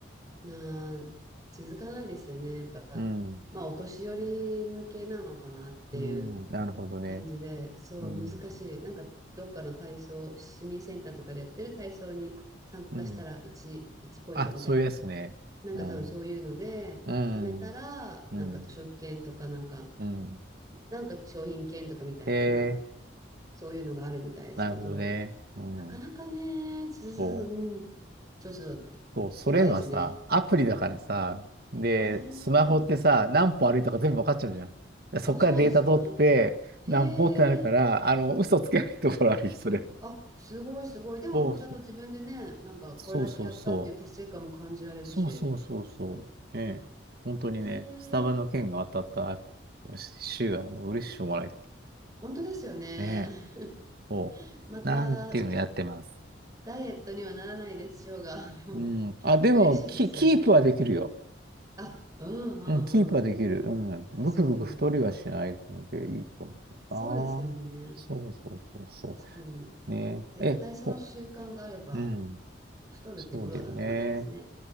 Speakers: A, on the right (about 20°); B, on the right (about 55°).
A: まあ、続かないですよね。やっぱ、
B: うん、
A: まあ、お年寄り向けなのかなっていう
B: うん、なるほどね。
A: 感じで、そう、
B: うん、
A: 難しい。なんか、どっかの体操、市民センターとかでやってる体操に参加したら1、
B: うん、
A: 1ポイントみたいな。
B: あ、そういうやつね。
A: なんか多分そういうので、
B: うん、うん、
A: 貯めたら、
B: うん、
A: なんか図書券とか、なんか、
B: うん、
A: なんか商品券とかみたいなな、
B: ええ
A: そういうのがあるみたいですけど、
B: なるほどね。うん、
A: なかなかね、つづうん、
B: そう。
A: ちょっと
B: そう、それはさ、
A: 手間ですね。
B: アプリだからさ、
A: うん。
B: で、
A: あ
B: スマホってさ、
A: あ。
B: 何歩歩いたか全部わかっちゃうじゃん。でそっからデータ取って、
A: あ、そうですよね。へえ。
B: 何歩ってなるから、あの、嘘つけないところあるよ、それは。
A: あ、すごいすごい。でも、
B: そうそう。
A: ほんちゃんと自分でね、なんかこれだけやったっていう達成感も感じられるし。
B: そうそうそう。そうそうそうそう。ねえ。本当にね、
A: へえ。
B: スタバの件が当たった週はもう嬉しくもない。
A: 本当ですよね。
B: ねえ。そう。
A: <laughs> また、
B: なんていうのやってます。
A: ダイエットにはならないでしょうが、<laughs> でも、
B: うん。あ、でも、
A: 嬉しいですよね。
B: キ、キープはできるよ。
A: あ、うんうんうん。
B: うん、キープはできる。うん。
A: 確かに。
B: ブクブク太りはしないのでいいと思うな。
A: そうですよね。
B: そうそうそうそ
A: 確かに。
B: う。ねえ。
A: 絶対その習慣があれば、
B: え、ほ、うん。
A: 太るってことはな、
B: そうだよね。
A: ないですね。